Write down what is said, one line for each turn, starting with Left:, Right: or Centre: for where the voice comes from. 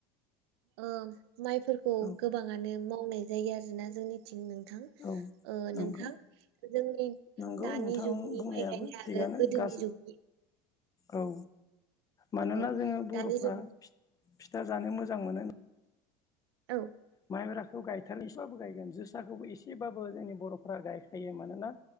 Right: ओ माइफोरखौ
Left: औ
Right: गोबाङानो मावनाय जायो आरोना जोंनिथिं नोंथां
Left: औ
Right: ओ नोंथां
Left: नंगौ
Right: जोंनि
Left: नंगौ
Right: दानि
Left: नोंथां
Right: जुगनि
Left: बुंनायाबो
Right: माइ गायनाय
Left: थिगानो
Right: आरो गोदोनि
Left: गासै
Right: जुगनि
Left: औ मानोना
Right: औ
Left: जोङो बर'फ्रा
Right: दानि जुगनि
Left: फिथा जानो मोजां मोनो
Right: औ
Left: माइब्राखौ गायथारो एसेबाबो गायगोन जोसाखौबो एसेबाबो जोंनि बर'फ्रा गायखायो मानोना